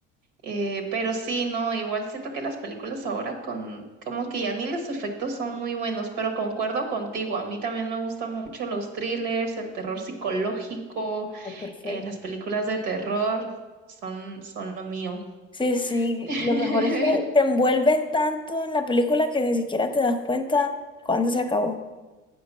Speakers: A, on the right; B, on the left.
A: Eh, pero sí, no, igual siento que las películas ahora con, como que ya ni los efectos son muy buenos, pero concuerdo contigo, a mí también me gustan mucho los thrillers, el terror psicológico,
B: Ay, perfecto.
A: eh, las películas de terror son, son lo mío.
B: Sí, sí,
A: <laughs>
B: lo mejor es que te envuelven tanto en la película que ni siquiera te das cuenta cuándo se acabó,